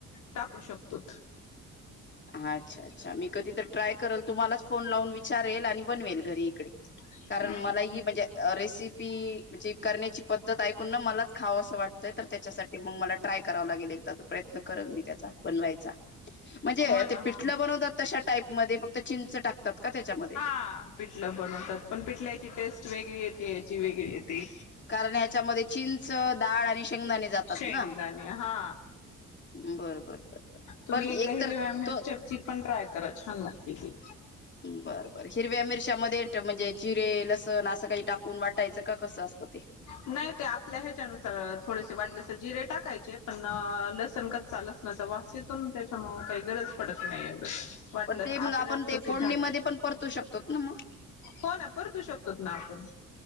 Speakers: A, on the left (about 80°); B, on the left (about 35°).
A: टाकू शकतो.
B: अच्छा अच्छा. मी कधी तरी ट्राय करेल, तुम्हालाच फोन लावून विचारेल आणि बनवेल घरी इकडे.
A: <inaudible>
B: कारण
A: हो
B: मलाही म्हणजे रेसिपी म्हणजे करण्याची पद्धत ऐकून ना मलाच खावसं वाटतं तर त्याच्यासाठी मग मला ट्राय कराव लागेल एकदा तो प्रयत्न करल मी त्याचा बनवायचा. म्हणजे
A: ना
B: ते
A: हो
B: पिठलं
A: ना.
B: बनवतात तशा टाईपमध्ये फक्त चिंच टाकतात का त्याच्यामध्ये
A: हा पिटलं बनवतात पण पिटल्याची टेस्ट वेगळी येते, ह्याची वेगळी येती.
B: कारण याच्यामध्ये चिंच, दाळ आणि शेंगदाणे जातात
A: शेंगदाणे
B: ना
A: हा,
B: बर बर बर बर
A: तुम्ही
B: पण एक
A: एकदा हिरव्या
B: तर
A: मिरच्यात
B: तो
A: -रची पण ट्राय करा, छान लागती ती.
B: बर बर, हिरव्या मिरच्यामध्ये म्हणजे, जिरे लस असं काही टाकून वाटायचं का, कसं असतं ते?
A: नई ते आपल्या ह्याच्यानुसार, अं थोडेसे वाटले तर जिरे टाकायचे, पण लसण क -चा लसनाचा वास येतोना, त्याच्यामुळं काई गरज पडत नाई एवढं वाटलं
B: पण ते मग
A: आद्रक
B: आपण ते,
A: की
B: फोडणीमध्ये
A: धाट
B: पण परतू शकतोत नं मग.
A: हो ना परतू शकतोत ना, आपण.